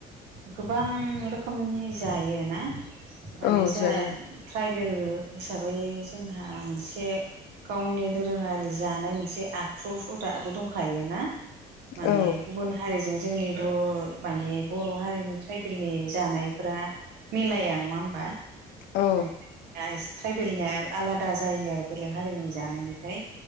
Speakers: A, on the right; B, on the left.
A: गोबां रोखोमनि जायो ना माने
B: औ
A: जाहा
B: जायो
A: ट्राइबेल हिसाबै जोंहा मोनसे गावनि दोरोङारि जानाय मोनसे आखु हुदाबो दंखाय ना माने
B: औ
A: गुबुन हारिजों जोंनि' मानि‌ बर' हारिनि ट्राइबेलनि जानायफोरा मिलाया नङा होमबा?
B: औ
A: म ट्राइबेलनिया आलादा जायो आरो बेलेग हारिनि जानायनिफ्राय